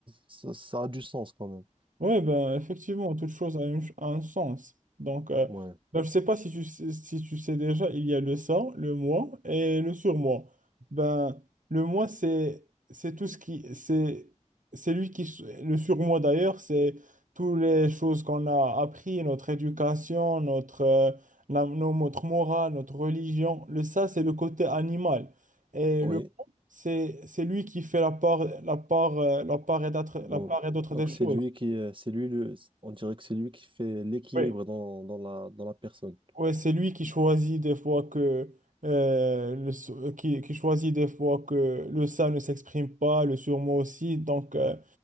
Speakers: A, on the right (about 40°); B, on the right (about 80°).
A: ça, ça a du sens quand même.
B: Oui, ben, effectivement, toute chose a, une ch- a un sens. Donc, euh,
A: Ouais.
B: ben, je sais pas si tu sais, si tu sais déjà, il y a le ça, le moi et le surmoi. Ben, le moi, c'est c'est tout ce qui... C'est c'est lui qui... s- Le surmoi, d'ailleurs, c'est toutes les choses qu'on a appris, notre éducation, notre, euh, la- nos- notre morale, notre religion. Le ça, c'est le côté animal. Et
A: Oui.
B: le moi, c'est c'est lui qui fait la part, la part, euh, la part et d'autres
A: Donc,
B: la part et d'autre
A: donc
B: des choses.
A: c'est lui qui, euh, c'est lui le, on dirait que c'est lui qui fait l'équilibre
B: Oui.
A: dans, dans la, dans la personne.
B: Ouais, c'est lui qui choisit des fois que euh, le, so- euh, qui, qui choisit des fois que le ça ne s'exprime pas, le surmoi aussi. Donc euh,